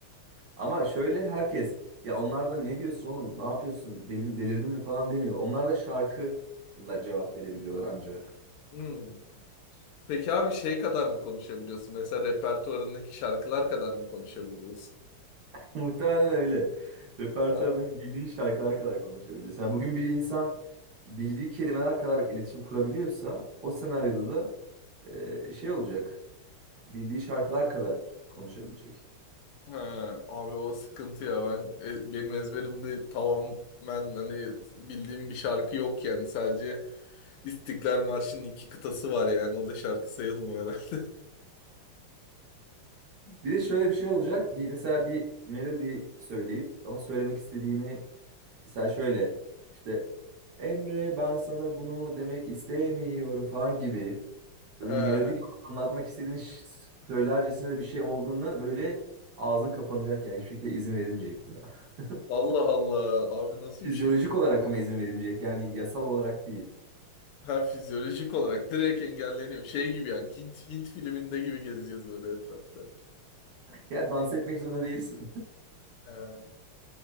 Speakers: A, on the right; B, on the left.
A: Ama şöyle herkes ya onlardan ne diyorsun oğlum ne yapıyorsun Deli- delirdin mi falan demiyor. Onlar da şarkıyla cevap verebiliyorlar ancak. <laughs>
B: Hmm. Peki abi şey kadar mı konuşabiliyorsun? Mesela repertuarındaki şarkılar kadar mı konuşabiliyorsun?
A: Muhtemelen öyle. Repertuarındaki
B: Ha,
A: bildiğin şarkılar kadar konuşabiliyorsun. Yani bugün bir insan bildiği kelimeler kadar iletişim kurabiliyorsa o senaryoda da e, şey olacak. Bildiği şarkılar kadar konuşabilecek.
B: ha, abi o sıkıntı ya ben e, benim ezberimde tamamen hani bildiğim bir şarkı yok yani sadece İstiklal Marşı'nın iki kıtası var yani. O da şarkı sayılmıyor herhalde. <laughs>
A: Bir de şöyle bir şey olacak. Bir, mesela bir melodi söyleyip ama söylemek istediğini Mesela şöyle işte Emre ben sana bunu demek istemiyorum falan gibi böyle
B: Ha,
A: melodik anlatmak istediğini ş- söylercesine de bir şey olduğunda böyle ağzın kapanacak yani hiçbir şekilde izin verilmeyecek buna. <laughs>
B: Allah Allah. Abi nasıl
A: Fizyolojik
B: bir şeymiş?
A: olarak ama izin verilmeyecek yani yasal olarak değil.
B: Ha fizyolojik olarak direkt engelleniyor. Şey gibi yani Hint Hint filminde gibi gezeceğiz böyle etrafta.
A: Ya dans
B: Hint-
A: etmek zorunda değilsin.
B: ha.